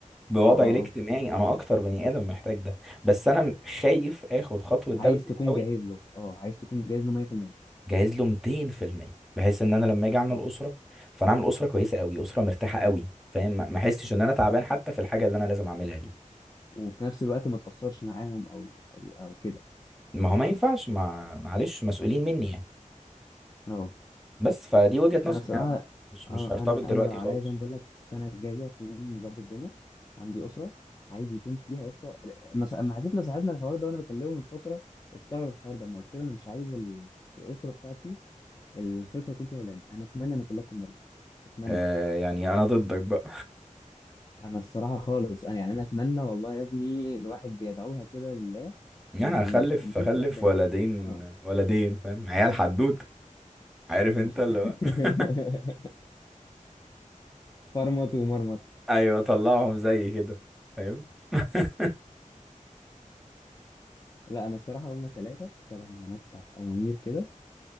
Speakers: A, in the centre; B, on the left.
A: بوضعي
B: اه اه
A: الاجتماعي
B: اه
A: انا اكتر بني ادم محتاج ده بس انا خايف اخد خطوه
B: عايز
A: ده بدري
B: تكون
A: قوي
B: جاهز له اه عايز تكون جاهز له 100%
A: جاهز له 200% بحيث ان انا لما اجي اعمل
B: اه
A: اسره فانا اعمل اسره كويسه قوي اسره مرتاحه قوي فاهم ما ما احسش ان انا تعبان حتى
B: صح
A: في الحاجه اللي انا لازم اعملها دي
B: وفي نفس الوقت ما تاثرش معاهم او او او كده
A: ما هو ما ينفعش ما معلش مسؤولين مني يعني
B: اه
A: بس فدي وجهه نظري
B: انا صراحه
A: يعني انا مش
B: اه
A: مش هرتبط
B: انا
A: دلوقتي
B: انا لو عليا
A: خالص
B: زي ما بقول لك السنه الجايه اكون مظبط الدنيا عندي اسره عايز يكون فيها يا اسطى مس- لما حكيت لصاحبنا الحوار ده وانا بكلمه من فتره استغرب الحوار ده ما قلت له انا مش عايز ال- الاسره بتاعتي الخلفه يكون فيها اولاد انا اتمنى ان كلها تكون بنات اتمنى
A: آه يعني انا ضدك بقى
B: انا الصراحه خالص انا يعني انا اتمنى والله يا ابني الواحد بيدعوها كده لله
A: <laughs> يعني
B: ان ال...
A: هخلف
B: يكون
A: هخلف
B: ثلاث بنات
A: ولدين
B: اه
A: ولدين فاهم عيال حدوته عارف
B: مش
A: انت اللي
B: عارف
A: هو <laughs>
B: <laughs> فرمط ومرمط
A: ايوه طلعهم زي كده فاهم <laughs>
B: لا انا الصراحه هما ثلاثه ثلاث بنات امامير كده